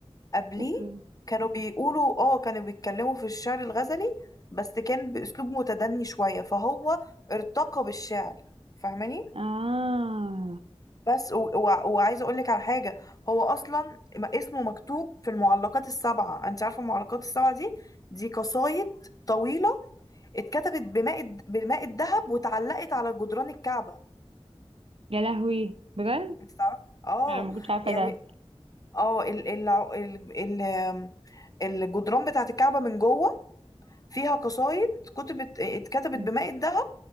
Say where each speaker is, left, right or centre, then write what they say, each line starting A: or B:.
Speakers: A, on the left; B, on the right.
A: قبليه
B: اوكي
A: كانوا بيقولوا اه كانوا بيتكلموا في الشعر الغزلي بس كان بأسلوب متدني شوية فهو ارتقى بالشعر فاهماني
B: اه
A: بس و... و... وعايزة أقولك على حاجة هو أصلا م- اسمه مكتوب في المعلقات السبعة أنت عارفة المعلقات السبعة دي دي قصايد طويلة اتكتبت بماء الد- بالماء الذهب واتعلقت على جدران الكعبة
B: يا لهوي بجد
A: أنت تعرفي اه
B: لا ما كنتش عارفه
A: يعني
B: ده
A: اه ال... ال... ال... ال... الجدران بتاعت الكعبة من جوه فيها قصايد كتبت اتكتبت
B: <laughs>
A: بماء الذهب